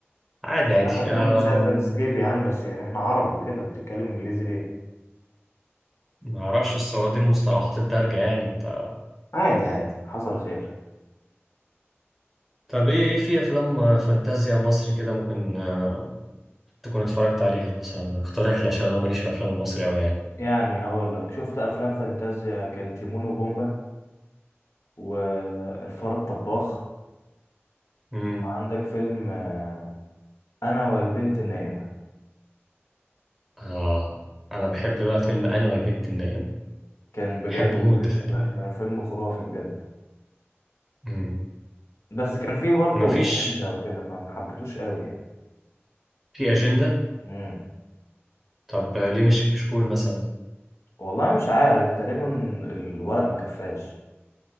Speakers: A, in the centre; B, on the left.
A: عادي عادي
B: قال لك إن
A: أم...
B: أنا مش عارف لاندسكيب يا عم بس يعني إحنا عرب وكده بتتكلم إنجليزي ليه؟
A: ما اعرفش السعودي المصطلحات الدارجة يعني انت
B: عادي عادي حصل خير
A: طب ايه إيه في افلام فانتازيا مصري كده ممكن آه، تكون اتفرجت عليها مثلا اقترح لي عشان انا ماليش في الافلام المصري قوي يعني
B: يعني هقول لك شفت أفلام فانتازيا كان تيمون وبومبا والفار الطباخ
A: امم
B: وعندك فيلم آه، أنا والبنت النائمة
A: اه انا بحب بقى فيلم انا والبنت النائمة
B: كان بجد
A: بحبه موت
B: فيلم
A: ده خلي بالك
B: كان فيلم خرافي بجد
A: مم.
B: بس كان فيه برضه
A: مفيش
B: أجندة وكده فما حبيتوش قوي يعني
A: في أجندة
B: مم.
A: طب ليه مش كشكول مثلا
B: والله مش عارف تقريبا الورق ما كفاش